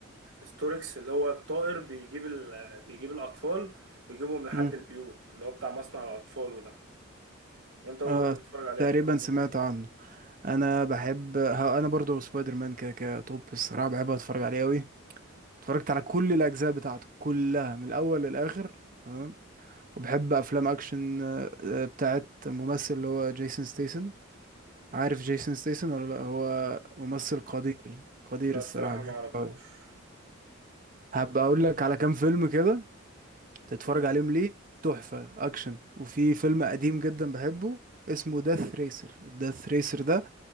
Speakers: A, on the right (about 70°); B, on the right (about 40°).
A: ستوركس اللي هو الطائر بيجيب ال... بيجيب الأطفال ويجيبهم لحد
B: امم
A: البيوت اللي هو بتاع مصنع الأطفال وده وانت برضه
B: آه
A: بتحب تتفرج عليه
B: تقريبا سمعت عنه انا بحب ها انا برضو سبايدر مان كده كده توب الصراحه بحب اتفرج عليه قوي اتفرجت على كل الاجزاء بتاعته كلها من الاول للاخر تمام وبحب افلام اكشن آه، آه، بتاعت ممثل اللي هو جيسون ستيسن عارف جيسون ستيسن ولا لا هو ممثل قدير قدير
A: لا
B: الصراحه
A: بصراحة
B: بحبه
A: ما اعرفوش
B: أوي. هبقى اقول لك على كام فيلم كده تتفرج
A: امم
B: عليهم ليه تحفة اكشن وفي فيلم قديم جدا بحبه اسمه داث ريسر الداث ريسر ده